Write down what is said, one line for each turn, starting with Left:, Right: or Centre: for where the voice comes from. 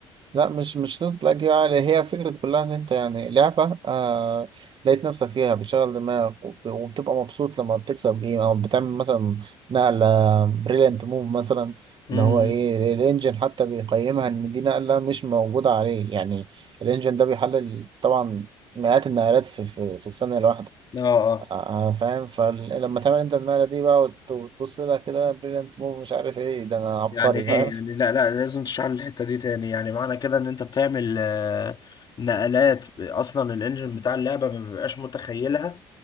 Right: لا مش مش قصة الأجيال يعني هي فكرة كلها إن أنت يعني لعبة آه لقيت نفسك فيها بتشغل دماغك وب- وبتبقى مبسوط لما بتكسب جيم أو بتعمل مثلا نقلة بريليانت موف مثلا
Left: <laughs> امم
Right: اللي هو إيه الإنجن حتى بيقيمها إن دي نقلة مش موجودة عليه يعني الإنجن ده بيحلل طبعا مئات النقلات في في, في الثانية الواحدة
Left: اه
Right: آه آه، فاهم فلما تعمل أنت النقلة دي بقى وت- وتبص لها كده بريليانت موف مش عارف إيه ده أنا عبقري
Left: يعني ايه
Right: فاهم
Left: يعني لا لا لازم تشرح لي الحته دي تاني يعني معنى كده ان انت بتعمل آه، نقلات اصلا الانجن بتاع اللعبه ما بيبقاش متخيلها